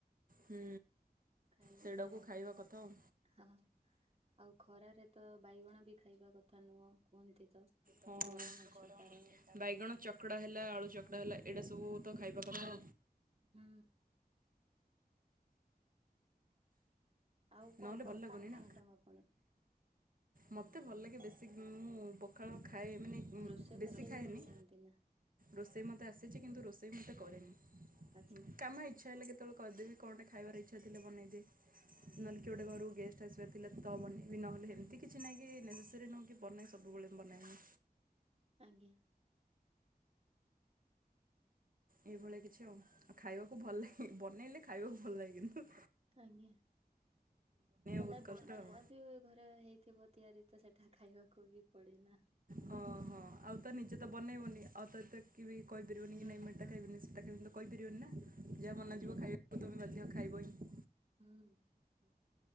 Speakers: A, on the right; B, on the right.
A: ହୁଁ।
B: ଖାଇବି
A: ସେଇଟାକୁ
B: ମାନେ
A: ଖାଇବା କଥା ଆଉ।
B: ହଁ ଆଉ ଖରାରେ ତ ବାଇଗଣ ବି ଖାଇବା କଥା ନୁହଁ କୁହନ୍ତି ତ
A: ବହୁତ
B: ଗରମ
A: ଦେହ
B: ଅଛି ତାର
A: ବାଇଗଣ ଚକଡ଼ା ହେଲା ଆଳୁ ଚକଡ଼ା ହେଲା ଏଇଟା ସବୁ
B: ହୁଁ
A: ତ ଖାଇବା କଥା।
B: ହୁଁ। ଆଉ
A: ନହେଲେ
B: କଣ କଣ
A: ଭଲ ଲାଗୁନି
B: ଖାଆନ୍ତି
A: ନା।
B: ମ୍ୟାଡ଼ାମ୍ ଆପଣ?
A: ମୋତେ ଭଲ୍ ଲାଗେ ବେଶୀ ମୁଁ ପଖାଳ ଖାଏ ମାନେ
B: ରୋଷେଇ
A: ବେଶୀ
B: ଫୋଷେଇ
A: ଖାଏନି
B: ବି କରୁଛନ୍ତି ନା?
A: ରୋଷେଇ ମତେ ଆସିଚି କିନ୍ତୁ ରୋଷେଇ ମୁଁ ଏତେ କରେନି
B: ଆଚ୍ଛା
A: କାମ ଇଚ୍ଛା ହେଲେ କେତବେଳେ କରିଦେବି କଣଟା ଖାଇବା ର ଇଚ୍ଛା ଥିଲେ ବନେଇଦିଏ
B: ଆଚ୍ଛା,
A: ନଅଲେ
B: ଆଜ୍ଞା
A: କିଏ ଗୋଟେ ଘରକୁ ଗେଷ୍ଟ୍ ଆସିବାର ଥିଲା ତ ହବନି ନହଲେ ହେମ୍ ତି କି ଛି ନାଇଁ କି ନେସେସେରି ନୁହଁ କି ବନାଏ ସବୁବେଳେ ବନାଏ ମୁଁ।
B: ଆଜ୍ଞା।
A: ଏଇଭଳିଆ କିଛି ଆଉ ଆଉ ଖାଇବାକୁ ଭଲ୍ ଲାଗେ ବନେଇଲେ ଖାଇବାକୁ ଭଲ୍ ଲାଗେନି ତ।
B: ଆଜ୍ଞା ମାନେ
A: ବହୁତ
B: ବ
A: କଷ୍ଟ ଆଉ।
B: ଯାହାବି ଘରେ ହେଇଥିବ ତିଆରି ତ ସେଠା ଖାଇବାକୁ ବି ପଡେ ନା।
A: ହଁ ହଁ ଆଉ ତ ନିଜେ ତ ବନେଇବନି ଆଉ ତ ଏତେ କି ବି କହିପାରିବନି
B: ହୁଁ
A: କି ନାଇଁ ମୁଁ ଏଟା ଖାଇବିନି ସେଟା ଖାଇବିନି ତ କହିପାରିବନି ନା ଯାହା ବନା
B: ଆଜ୍ଞା
A: ଯିବ ଖାଇବାକୁ ତୁମେ ବାଧ୍ୟ ଖାଇବ ହିଁ।
B: ହୁଁ